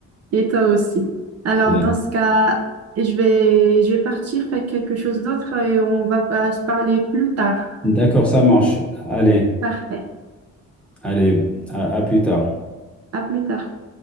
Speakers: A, on the right; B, in the centre.
A: Et toi aussi. Alors,
B: Allez.
A: dans ce cas, je vais, je vais partir faire quelque chose d'autre et on va pas se parler plus tard.
B: D'accord, ça marche. Allez,
A: Parfait.
B: allez, à à plus tard.
A: À plus tard.